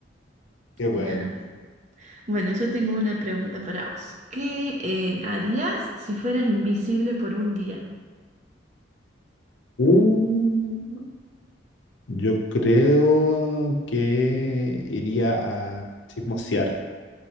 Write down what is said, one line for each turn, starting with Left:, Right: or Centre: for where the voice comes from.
Left: qué bueno.
Right: Nah. Bueno, yo tengo una pregunta para vos. ¿Qué eh, harías si fueras invisible por un día?
Left: Uh, Yo creo que iría a chismosear,